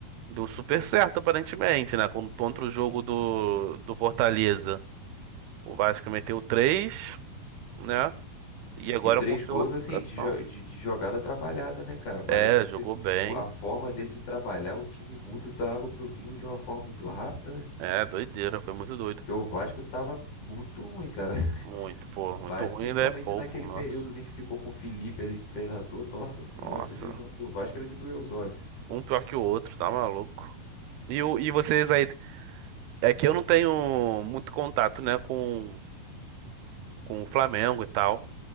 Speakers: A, on the right; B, on the left.
A: deu super certo aparentemente, né? Con- Contra o jogo do, do Fortaleza. O Vasco meteu 3, né? E agora
B: E três
A: conseguiu
B: gols,
A: a classificação.
B: assim, de, jo- de, de jogada trabalhada, né, cara? Parece
A: É,
B: que você,
A: jogou bem.
B: o- a forma dele de trabalhar, o time muda da água pro vinho de uma forma muito rápida, né?
A: É, doideira, foi muito doido.
B: Porque o Vasco tava muito ruim, cara.
A: Muito, pô,
B: O Vasco,
A: muito ruim
B: principalmente
A: ainda é pouco,
B: naquele
A: nossa.
B: períodozinho que ficou com o Felipe ali de treinador. Nossa senhora,
A: Nossa.
B: você viu o jogo do Vasco, era de doer os olhos.
A: Um pior que o outro, tá maluco. E, o- e vocês aí? É que eu não tenho muito contato, né, com, com o Flamengo e tal.